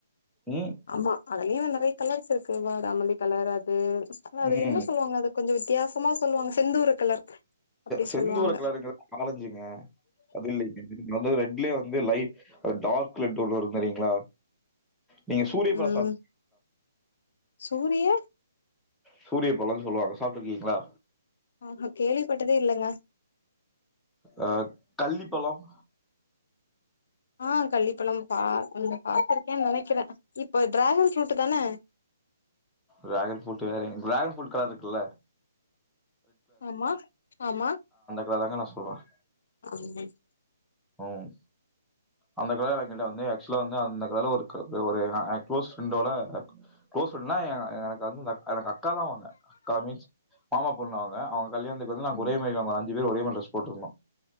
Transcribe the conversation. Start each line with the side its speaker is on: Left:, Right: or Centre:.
Centre: ம்.
Left: ஆமா அதலயும் அந்த ந கலர்ஸ் இருக்கு வடாமல்லி கலர் அது அ அது
Centre: ம்.
Left: என்ன சொல்லுவாங்க அதுக்கு கொஞ்சம் வித்தியாசமா சொல்லுவாங்க செந்தூரு கலர் அப்டி
Centre: செந்தூர
Left: சொல்லுவாங்க
Centre: கலருங்கது ஆரஞ்சிங்க அது இல்லைங்க அது ரெட்லயே வந்து லைட் டார்க் லெட் ஒன்ன இருந்துரியீங்களா நீங்க சூரிய
Left: ம்
Centre: பிரசாத்
Left: சூரிய
Centre: சூரியப்பலன்னு சொல்லுவாங்க சாப்டுருக்கீங்களா
Left: ஆஹஹ கேள்விப்பட்டதே இல்லங்க
Centre: அஹ் கள்ளிப்பழம்
Left: அஹ் கள்ளிப்பழம் பா உந் பாத்துருக்கேன்னு நெனைக்கிறேன் இப்ப டிராகன் ஃபுரூட்டு தானே
Centre: டிராகன் ஃப்ரூட் வேறங்க டிராகன் ஃபுரூட் கலர் இருக்குல்ல
Left: ஆமா ஆமா
Centre: கலறாங்க நான் சொல்லுவேன்
Left: அண்ணன்
Centre: உம் அந்த கலரை கிட்ட வந்து ஆக்சுவலா வந்து அந்த கலர்ல ஒரு கருப்புல ஒரு நான் க்ளோஸ் ஃப்ரெண்டோட க்ளோஸ் ஃப்ரெண்ட்னா எனக் எனக்கு வந்து அக் அது அக்கா தான் ஒன்னு அக்கா மீன்ஸ் மாமா பொண்ணு அவுங்க அவுங் கல்யாணத்துக்கு வந்து நாங்க
Left: ம்
Centre: ஒரே மாரி வாங் இதே ஒரே மாரி டிரஸ் போட்டுருந்தோம்